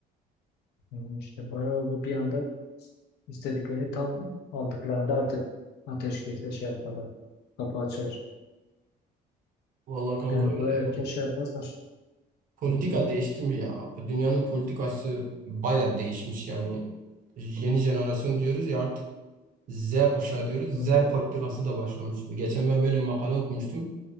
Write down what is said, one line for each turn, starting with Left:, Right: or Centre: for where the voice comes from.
Left: Hmm, işte bayağı oldu bir anda istediklerini tam aldıklarında artık ateşkese şey yaparlar. Kapı açar.
Right: Vallahi kanka
Left: Yani
Right: öyle.
Left: o kadar erken şey yapmazlar.
Right: Politika
Left: Hmm.
Right: değişti mi ya? Bu dünyanın politikası baya değişmiş yani. Yeni jenerasyon diyoruz ya artık Z kuşağı diyoruz.
Left: Hmm.
Right: Z politikası da başlamış. Geçen ben böyle makale okumuştum.